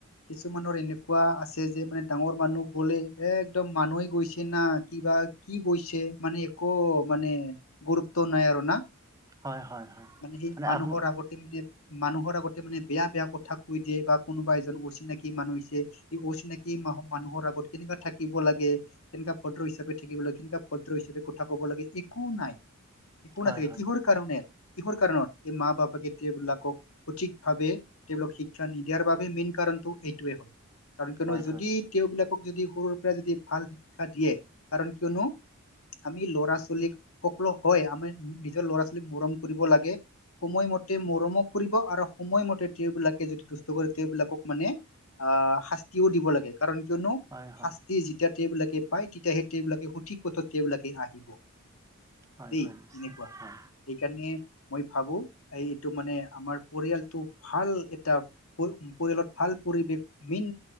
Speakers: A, on the left; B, on the right.
A: কিছুমানৰ এনেকুৱা আছে যে মানে ডাঙৰ মানুহ গ'লে এ একদম মানুহেই গৈছে না কিবা। কি গৈছে মানে একো মানে গুৰুত্ব নাই আৰু না।
B: হয় - হয় - হয়
A: সেই
B: মানে
A: মানুহৰ
B: আপ
A: আগতে মানে মানুহৰ আগতে মানে বেয়া বেয়া কথা কৈ দিয়ে বা কোনোবা এজন উচিত। চিনাকি মানুহ হৈছে এই অচিনাকি মানুহৰ আগত কেনেকুৱা থাকিব লাগে তেনেকুৱা ভদ্ৰ হিচাপে থ থাকিবা পদ্ৰ হিচাপে কথা কব লাগে একো নাই একো
B: হয়
A: নাথাকে
B: হয়।
A: কিহৰ কাৰণে। কিহৰ কাৰণত এই মা বাপাকে তেওএইলাকক সঠিক ভাৱ তেওবলাক শিক্ষা নিদিয়াৰ বাবে মেইন কাৰণটো এইটোৱে হ'ল কাৰণ কিয়নো
B: হয়
A: যদি
B: হয়।
A: তেওবলাক যদি সৰুৰ পৰা যদি ভাল শিক্ষা দিয়ে কাৰণ কিয়নো। আমি লৰা ছোৱালীক সকলো হয় আমাৰ নিজৰ লৰা ছোৱালীক মৰম কৰিব লাগে। সময়মতে মৰমক কৰিব আৰু সময়মতে তেওবিলাকে যদি দুষ্ট কৰে তেওবিলাকক মানে আহ শাস্তিও দিব লাগে কাৰণ কিয়নো
B: হয় হয়।
A: শাস্তি যেতিয়া। তেওবিলাকে পায় তেতিয়াহে তেওবিলাকে সঠিক পথত তেওবিলাকে আহিব।
B: হয়
A: দেই
B: হয় নিশ্চয়।
A: এনেকুৱা
B: হয়
A: সেইকাৰণে মই ভাবো এই এইটো মানে আমাৰ পৰিয়ালটো ভাল এটা পৰিয়ালত ভাল। পৰিৱেশ মন